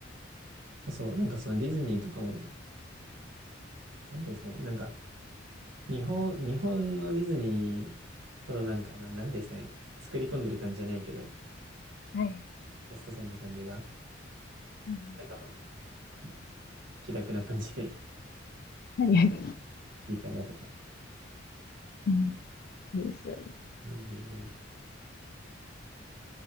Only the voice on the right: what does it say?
あそう、なんかそのディズニーとかも、なんていうんですかね、なんか、日本、日本のディズニーほどなんか、な、なんていうんですかね、作り込んでる感じじゃないけど、
ジャストさんの感じが、
なんかまあ、気楽な感じで
<laughs> いいかなとか。
うんうんうん。